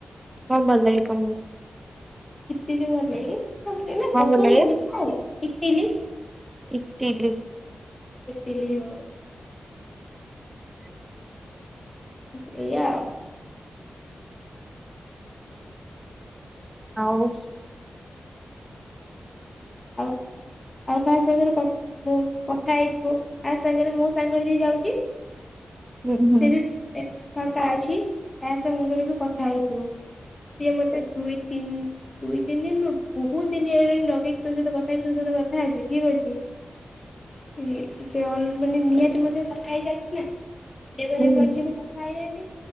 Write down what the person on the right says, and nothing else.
ହ କଣ ଭଲ ଲାଗେ ତମକୁ?
କଣ
ଭଲ ଲାଗେ
ଇଟିଲି।
ଆଉ
ହୁଁ ହୁଁ
ହୁଁ